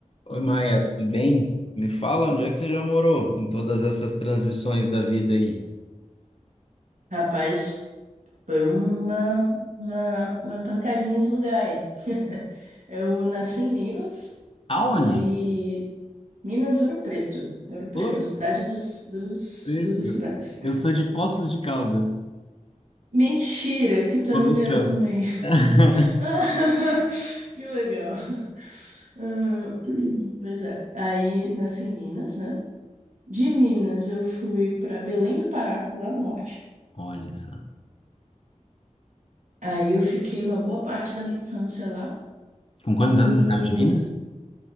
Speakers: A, on the left (about 45°); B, on the right (about 75°).
A: Oi, Maia, tudo bem? Me fala onde é que você já morou em todas essas transições da vida aí?
B: Rapaz, foi uma, uma, uma pancadinha de lugar aí. Eu nasci em Minas,
A: Aonde?
B: aí Minas, Ouro Preto. Ouro Preto,
A: Ouro
B: a cidade dos, dos,
A: Preto.
B: dos estudantes.
A: Eu sou de Poços de Caldas.
B: Mentira, que tu é
A: Começamos.
B: mineiro também. <laughs>
A: <laughs>
B: Ah, Que legal. Ah, pois é, aí nasci em Minas, né? De Minas eu fui para Belém do Pará, lá no norte.
A: Olha só.
B: Aí eu fiquei uma boa parte da minha infância lá.
A: Com quantos
B: E
A: anos você saiu de Minas?